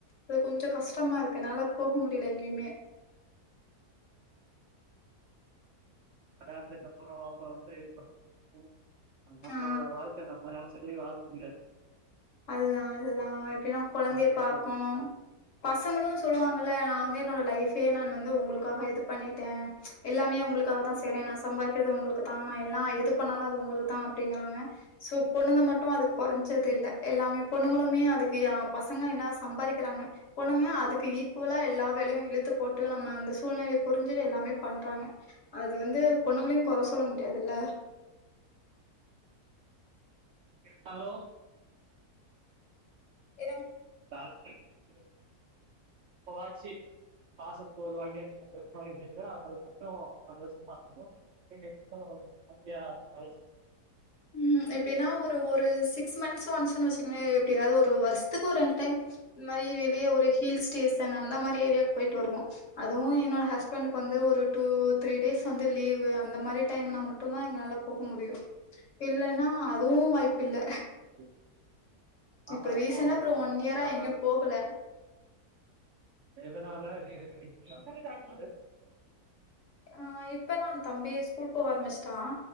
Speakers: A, on the left; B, on the right.
A: அது கொஞ்ச கஷ்டமா இருக்கு என்னால போக முடியல எங்கேயுமே
B: அதாவ்து நம்ப நம்ப வந்து <inaudible> அ நம்பளோட
A: ஆ
B: வாழ்க்கைய நம்பனு மத்தபடி வாழ முடியாது
A: அதுதா அதுதா எப்டினா கொழந்தைய
B: பெண்களும்
A: பாக்கணு பசங்களு சொல்லுவாங்கல்ல நா வந்து என்னோட லைஃபே நானு வந்து உங்களுக்காக இது பண்ணிட்டே எல்லாமே உங்களுக்காக தா செய்றே நா சம்பாரிக்கிறது உங்களுக்கு தா நா எல்லா எது பண்ணாலு அது உங்களுக்கு தா அப்டிங்கிறாங்க சோ பொண்ணுங்க மட்டு அதுக்கு கொறஞ்சதில்ல எல்லாமே பொண்ணுங்களுமே அதுக்கு ஏ பசங்க ஏனா சம்பாரிக்கிறாங்க பொண்ணுங்களு அதுக்கு ஈக்வலா எல்லா வேலையு இழுத்து போட்டு நம்ம அந்த சூழ்நிலைய புரிஞ்சு எல்லாமே பண்றாங்க அது வந்து பொண்ணுங்களையு கொற சொல்ல முடியாதுல்ல
B: ஹலோ
A: ஏன்னா
B: <inaudible> பொள்ளாச்சி பாசத்துக்கு ஒரு வாங்கியாச்சு செக் பண்ணிருக்கீங்ளா அவ்ங்க இப்போ அப்டி யோசிப்பாங்கள நீங்க எத்தன வயது அப்டியா வயசு
A: ம் எப்டின்னா ஒரு ஒரு சிக்ஸ் மந்த்ஸ் ஒன்ஸ் வச்சிக்கோங்களேன் எப்டியாவது ஒரு வருஷத்துக்கு ஒரு ரெண்டுடைம் இது மாரி வெளியே ஒரு ஹில் ஸ்டேஷன் அந்த மாரி ஏரியாவுக்கு போய்ட்டு வருவோ அதுவும் என்னோட ஹஸ்பண்டுக்கு வந்து ஒரு டூ த்ரீ டேஸ் வந்து லீவு அந்த மாரி டைம்னா மட்டும் தான் எங்களால போக முடியும் இல்லன்னா அதுவும் வாய்ப்பில்ல
B: ம் ஆமா
A: இப்ப
B: இப்போ
A: ரீசென்ட்டா அப்புறம்
B: போ
A: இயரா
B: ஆ
A: எங்கேயும் போகல.
B: எதனால <inaudible>
A: ஆ இப்பதான் தம்பி ஸ்கூல் போக ஆரம்பிச்சுட்டான்